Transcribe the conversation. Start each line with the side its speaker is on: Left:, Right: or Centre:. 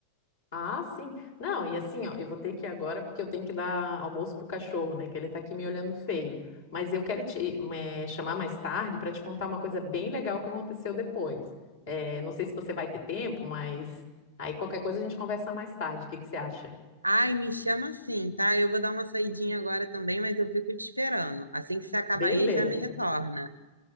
Left: Ah, sim. Não, e assim, ó, eu vou ter que ir agora porque eu tenho que dar almoço pro cachorro, né? Que ele tá aqui me olhando feio. Mas eu quero te eh, chamar mais tarde para te contar uma coisa bem legal que aconteceu depois. Eh, não sei se você vai ter tempo, mas aí qualquer coisa a gente conversa mais tarde. O que que você acha?
Right: Ai, me chama assim, tá? Eu vou dar uma saidinha agora também, mas eu fico te esperando. Assim que você acabar
Left: Beleza.
Right: aí, já me retorna.